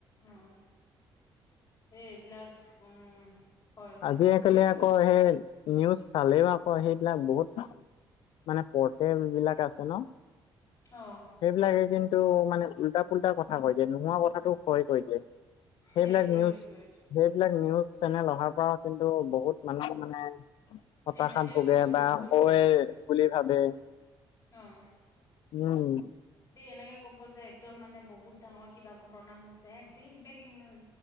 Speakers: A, on the left; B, on the left.
A: অ', ইবিলাক উম, হয় হয়
B: আজিকালি
A: ঠিকে কথা
B: আকৌ
A: কৈছে
B: সেই নিউজ চালেও আকৌ সেইবিলাক বহুত মানে পটেল বিলাক আছে ন
A: অ
B: সেইবিলাকে কিন্তু টো মানে উল্টা পুল্টা কথা কৈ দিয়ে নোহোৱা কথাটো হয় কৈ দিয়ে সেইবিলাক
A: সেইটোৱে
B: নিউজ
A: সেইটোৱে
B: সেইবিলাক নিউজ চেনেল অহাৰ পৰা কিন্তু, বহুত মানুহ মানে হতাশাত
A: এনেকে
B: ভোগে
A: ক'ব
B: বা
A: বহুত
B: <unintelligible> বুলি ভাবে
A: আহ,
B: উম,
A: এনেকে ক'ব যে একদম মানে, বহুত ডাঙৰ কিবা ঘটনা হৈছে, এক বেগ বেগিং নিউজ